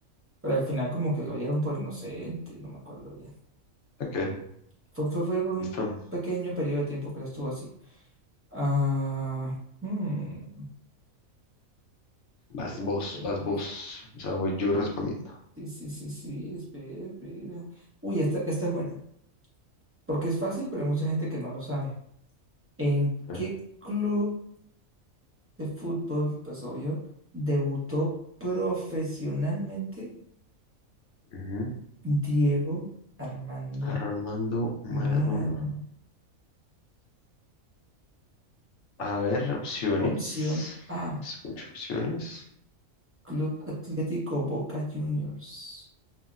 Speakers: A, on the right (about 15°); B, on the left (about 65°).
A: Pero al final como que lo dieron por inocente, no me acuerdo bien.
B: Ok,
A: Fue, fue, fue por
B: listo.
A: un pequeño periodo de tiempo que la estuvo así. Ah, hmm,
B: Vas
A: pensemos.
B: vos, vas vos. O sea, voy yo respondiendo.
A: Sí, sí, sí, sí, espera, espera. Uy, esta, esta es buena, porque es fácil, pero hay mucha gente que no lo sabe. ¿En
B: ¿eh?
A: qué club de fútbol, pues obvio, debutó profesionalmente
B: Ujú.
A: Diego Armando
B: Armando Maradona.
A: Maradona?
B: A ver, opciones.
A: Opción A.
B: Escucho opciones.
A: Club Atlético Boca Juniors.